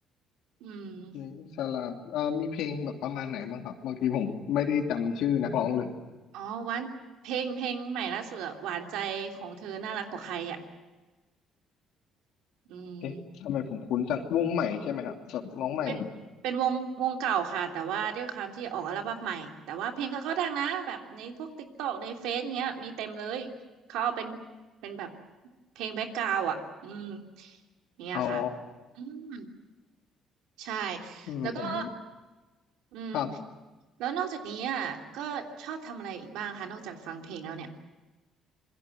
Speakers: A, on the right; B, on the left.
A: อืม
B: เพลงสลับเอ่อมีเพลงแบบประมาณไหนบ้างครับบางทีผมไม่ได้จำชื่อนักร้องเลย
A: อ๋อหวานเพลงเพลงใหม่ล่าสุดอะหวานใจของเธอน่ารักกว่าใครอ่ะอืม
B: เอ๊ะทำไมผมคุ้นจังวงใหม่ใช่ไหมครับแบบน้องใหม่
A: เป็นเป็นวงวงเก่าค่ะแต่ว่าด้วยความที่ออกอัลบั้มใหม่แต่ว่าเพลงเขาก็ดังนะแบบในพวกติ๊กตอกในเฟซอย่างเงี้ยมีเต็มเลยเขาเอาเป็นเป็นแบบเพลงแบ็กกราวด์อ่ะอืมอย่างเนี้ยค่ะ
B: อ๋อ
A: อืมใช่
B: เออผม
A: แล้วก็อืม
B: ครับ
A: แล้วนอกจากนี้อ่ะก็ชอบทำอะไรอีกบ้างคะนอกจากฟังเพลงแล้วเนี่ย